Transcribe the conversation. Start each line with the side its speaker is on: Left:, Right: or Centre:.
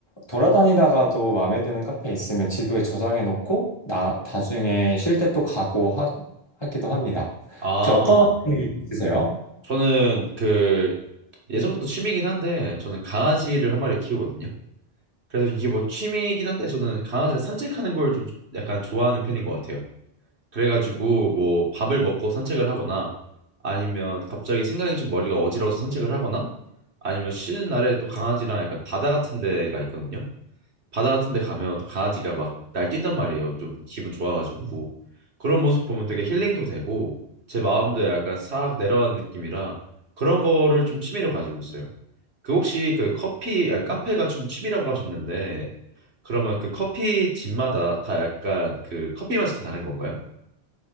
Left: 돌아다니다가도 마음에 드는 카페 있으면 지도에 저장해 놓고, 나, 나중에 쉴 때 또 가고 하, 하기도 합니다.
Right: 아,
Left: 혹시 어, 떤 거 있으세요?
Right: 저는 그 예전부터 취미이긴 한데 저는 강아지를 한 마리 키우거든요. 그래서 이게 뭐 취미이긴 한데 저는 강아지를 산책하는 걸 좀 약간 좋아하는 편인 것 같아요. 그래가지고 뭐 밥을 먹고 산책을 하거나 아니면 갑자기 생각이 좀 머리가 어지러워서 산책을 하거나 아니면 쉬는 날에 또 강아지랑 약간 바다 같은 데가 있거든요. 바다 같은 데 가면 또 강아지가 막 날뛴단 말이에요. 좀 기분 좋아가지고. 그런 모습 보면 되게 힐링도 되고 제 마음도 약간 싹 내려간 느낌이라 그런 거를 좀 취미로 가지고 있어요. 그 혹시 그 커피 아, 카페가 좀 취미라고 하셨는데 그러면 그 커피 집마다 다 약간 그 커피 맛이 다 다른 건가요?